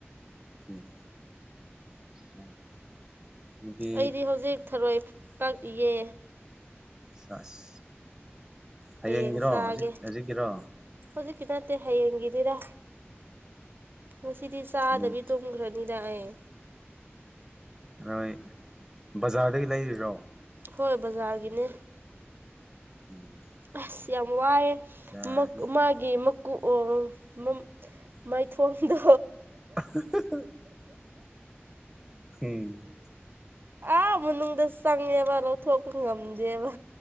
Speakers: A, in the centre; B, on the right (about 55°).
A: ꯎꯝ <unintelligible> ꯑꯗꯨꯗꯤ
B: ꯑꯩꯗꯤ ꯍꯧꯖꯤꯛ ꯊꯔꯣꯏ ꯀꯛꯏꯌꯦ
A: ꯁꯥꯁ ꯍꯌꯦꯡꯒꯤꯔꯣ
B: ꯍꯌꯦꯡ ꯆꯥꯒꯦ
A: ꯍꯧꯖꯤꯛ ꯍꯧꯖꯤꯛꯀꯤꯔꯣ
B: ꯍꯧꯖꯤꯛꯀꯤ ꯅꯠꯇꯦ ꯍꯌꯦꯡꯒꯤꯗꯤꯔ ꯉꯁꯤꯗꯤ ꯆꯥꯗꯕꯤ
A: ꯍꯌꯦꯡ
B: ꯇꯨꯝꯈ꯭ꯔꯅꯤꯗ ꯑꯩ
A: ꯊꯔꯣꯏ ꯕꯖꯥꯔꯗꯒꯤ ꯂꯩꯔꯤꯔꯣ
B: ꯍꯣꯏ ꯕꯖꯥꯔꯒꯤꯅꯦ
A: ꯎꯝ
B: ꯑꯁ ꯌꯥꯝ ꯋꯥꯌꯦ
A: ꯕꯖꯥꯔꯒꯤ
B: ꯃꯛ ꯃꯥꯒꯤ ꯒꯤ ꯃꯀꯨ ꯑꯥ ꯑꯪ ꯃꯥ ꯃꯥꯏꯊꯣꯡꯗꯣ
A: <unintelligible> ꯎꯝ
B: ꯑꯥ ꯃꯅꯨꯡꯗ ꯆꯪꯉꯦꯕ ꯂꯧꯊꯣꯛꯄ ꯉꯝꯗꯦꯕ